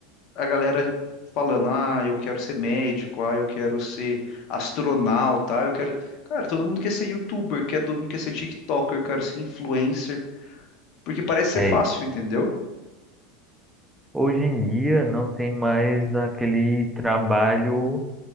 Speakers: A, on the left; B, in the centre.
A: a galera falando, ah, eu quero ser médico, ah, eu quero ser astronauta, ah, eu quero. Cara, todo mundo quer ser youtuber, quer, todo mundo quer ser TikToker, quer ser influencer, porque parece ser
B: é,
A: fácil, entendeu?
B: hoje em dia não tem mais aquele trabalho